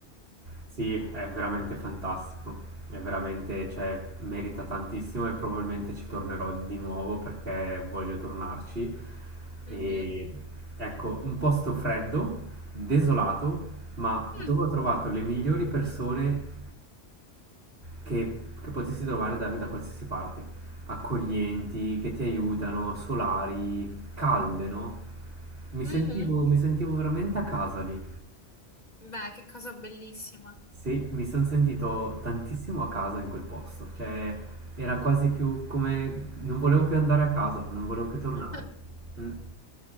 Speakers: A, on the right; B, on the left.
A: Sì, è veramente fantastico. È veramente, cioè, merita tantissimo e probabilmente ci tornerò di nuovo perché voglio tornarci.
B: Mhm.
A: E ecco, un posto freddo, desolato, ma dove
B: Mm,
A: ho trovato le migliori persone che, che potessi trovare da, da qualsiasi parte. Accoglienti, che ti aiutano, solari, calde, no? Mi
B: mhm.
A: sentivo, mi sentivo veramente a casa lì.
B: Beh, che cosa bellissima.
A: Sì, mi sono sentito tantissimo a casa in quel posto, cioè era quasi più come non volevo più andare a casa, non volevo più tornare.
B: <laughs>
A: Mm.